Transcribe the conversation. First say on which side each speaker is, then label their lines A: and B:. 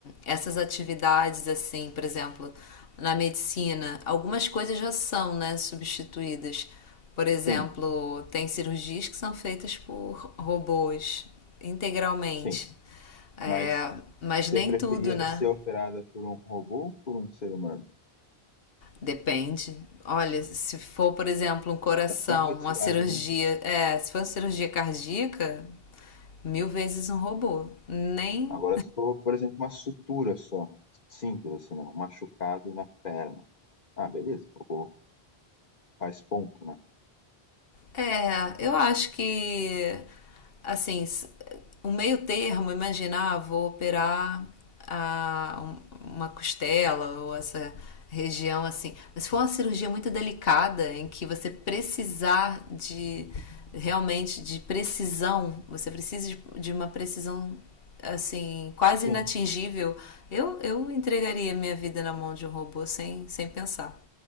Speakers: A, on the left; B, on the left.
A: essas atividades, assim, por exemplo, na medicina, algumas coisas já são, né, substituídas. Por exemplo,
B: Sim,
A: tem cirurgias que são feitas por robôs integralmente.
B: sim,
A: É,
B: mas
A: mas
B: você
A: nem
B: preferia
A: tudo, né?
B: ser operada por um robô ou por um ser humano?
A: Depende. Olha, se for, por exemplo, um coração,
B: Da complexidade,
A: uma cirurgia,
B: né?
A: é, se for uma cirurgia cardíaca, mil vezes um robô. Nem
B: Agora, se for, por exemplo, uma sutura só, simples assim, né? um machucado na perna. Ah, beleza, o robô faz ponto, né?
A: É, eu acho que, assim, s- o meio termo, imaginar, vou operar a, um- uma costela ou essa região assim. Mas se for uma cirurgia muito delicada, em que você precisar de, realmente, de precisão, você precisa de, de uma precisão, assim, quase
B: Sim,
A: inatingível, eu, eu entregaria minha vida na mão de um robô sem, sem pensar.